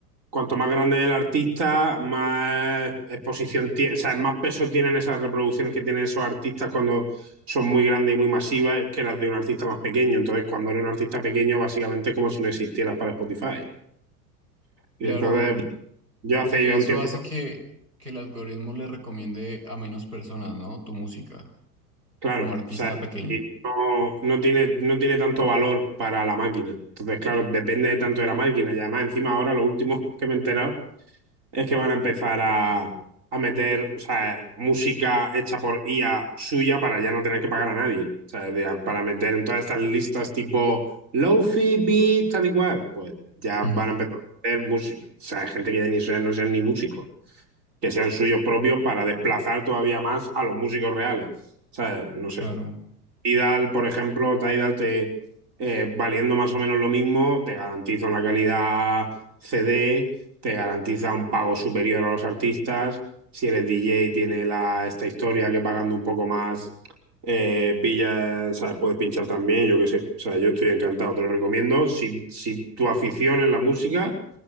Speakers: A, on the right; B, on the right.
A: cuanto más grande es el artista, más exposición tiene, o sea, más peso tienen esas reproducciones que tienen esos artistas cuando son muy grandes y muy masivas que las de un artista más pequeño. Entonces, cuando eres un artista pequeño, básicamente es como si no existieras para Spotify. Y
B: claro.
A: entonces, yo hace
B: Y
A: ya
B: eso
A: un tiempo
B: hace que, que el algoritmo le recomiende a menos personas, ¿no? Tu música,
A: Claro,
B: como
A: o
B: artista
A: sea,
B: pequeño.
A: y no, no tiene, no tiene tanto valor para la máquina. Entonces, claro, depende tanto de la máquina. Y además, encima ahora lo último <laughs> que me he enterado es que van a empezar a, a meter, o sea, música hecha por IA suya para ya no tener que pagar a nadie. O sea, de- para meter en todas estas listas tipo lofi, beat, tal y cual. Pues ya
B: Ujú.
A: van a empezar a meter música. O sea, gente que ya ni sean, no sean ni músicos, que sean suyos propios para desplazar todavía más a los músicos reales. O sea, no
B: Claro.
A: sé. Tidal, por ejemplo, Tidal te eh, valiendo más o menos lo mismo, te garantiza una calidad CD, te garantiza un pago superior a los artistas. Si eres DJ, tiene la, esta historia que pagando un poco más, eh, pilla, o sea, puedes pinchar también, yo qué sé. O sea, yo estoy encantado, te lo recomiendo. Si, si tu afición es la música,